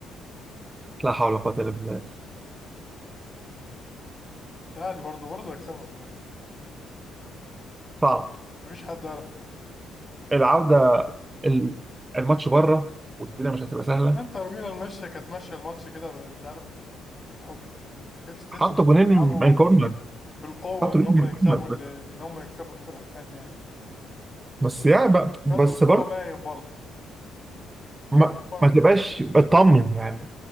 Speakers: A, on the right; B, on the left.
A: لا حول ولا قوه الا بالله
B: ده عادي برضه برضه هيكسبها في الآخر
A: صعب
B: مفيش حد يعرف يعني.
A: العوده ال- الماتش بره والدنيا مش هتبقى سهله
B: انتر ميلان ماشية كانت ماشية الماتش كده ب- مش عارف بال- بالحب كانتش تحس
A: حطوا
B: إن
A: جونين
B: بيلعبوا
A: من كورنر
B: بالقوة
A: حطوا
B: إن
A: جونين
B: هم
A: من
B: يكسبوا
A: كورنر بس
B: ال- إن هم يكسبوا الفرقة التانية يعني
A: بس يعني بقى بس
B: فرق القوة باين برضه
A: ما,
B: يعني هو-
A: ما تبقاش اطمن يعني